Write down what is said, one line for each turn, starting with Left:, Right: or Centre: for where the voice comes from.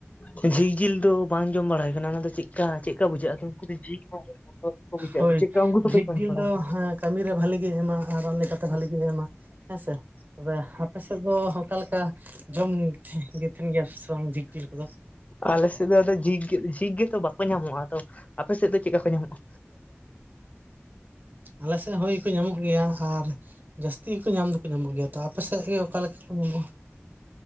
Left: ᱡᱷᱤᱠ ᱡᱤᱞ ᱫᱚ ᱵᱟᱝ ᱡᱚᱢ ᱵᱟᱲᱟ ᱦᱳᱭ ᱠᱟᱱᱟ ᱚᱱᱟ ᱫᱚ ᱪᱮᱫᱠᱟ ᱪᱮᱫᱞᱮᱠᱟ ᱵᱩᱡᱷᱟᱹᱜ-ᱟ ᱡᱷᱤᱠ <unintelligible>
Right: ᱦᱳᱭ ᱡᱷᱤᱠ
Left: ᱡᱚᱢ
Right: ᱡᱤᱞ
Left: ᱵᱟᱲᱟ
Right: ᱫᱚ
Left: ᱠᱚᱣᱟ
Right: ᱦᱮᱸ ᱠᱟᱹᱢᱤᱨᱮ ᱵᱷᱷᱟᱞᱤ ᱜᱮ ᱮᱢᱟ ᱟᱨ ᱨᱟᱱ ᱞᱮᱠᱟᱛᱮ ᱵᱷᱟᱞᱤᱜ ᱜᱮ ᱮᱢᱟ ᱦᱮᱸᱥᱮ᱾ ᱛᱚᱵᱮ ᱟᱯᱮ ᱥᱮᱫ ᱫᱚ ᱚᱠᱟ ᱞᱮᱠᱟ ᱡᱚᱢ ᱜᱮ ᱛᱟᱦᱮᱸᱱ ᱜᱮᱭᱟ ᱥᱮ ᱵᱟᱝ ᱡᱷᱤᱠ ᱡᱮᱞ ᱠᱚᱫᱚ?
Left: ᱟᱞᱮ ᱥᱮᱫ ᱫᱚ ᱟᱫᱚ ᱡᱷᱤᱠ ᱡᱷᱤᱠ ᱜᱮᱛᱚ ᱵᱟᱠᱚ ᱧᱟᱢᱚᱜᱼᱟ ᱟᱫᱚ ᱟᱯᱮ ᱥᱮᱫ ᱫᱚ ᱪᱮᱫᱠᱟ ᱠᱚ? ᱧᱟᱢᱚᱜᱼᱟ
Right: <unintelligible> ᱟᱞᱮ ᱥᱮᱫ ᱦᱩᱭ ᱜᱮᱠᱚ ᱧᱟᱢᱚᱜ ᱜᱮᱭᱟ ᱟᱨ ᱡᱟᱹᱥᱛᱤ ᱦᱚᱸᱠᱚ ᱧᱟᱢ ᱫᱚᱠᱚ ᱧᱟᱢᱚᱜ ᱜᱮᱭᱟ ᱾ ᱟᱯᱮ ᱥᱮᱫ ᱜᱮ ᱚᱠᱟᱮ ᱞᱮᱠᱟ ᱠᱚ ᱧᱟᱢᱚᱜᱼᱟ?